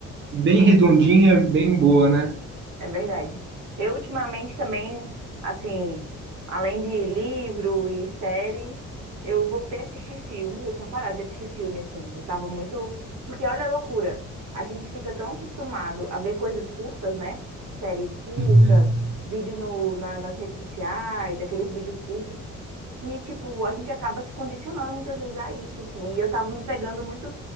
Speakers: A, on the right; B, on the right.
A: bem redondinha, bem boa, né?
B: É verdade. Eu ultimamente também, assim, além de livro e série, eu voltei a assistir filme. Eu tinha parado de assistir filme, assim. Eu tava muito. Porque olha a loucura. A gente fica tão acostumado a ver coisas curtas, né? Séries curtas,
A: Uhum.
B: vídeo no, na- nas redes sociais, aqueles vídeos curtos, que, tipo, a gente acaba se condicionando muitas vezes a isso, assim. E eu tava me pegando muito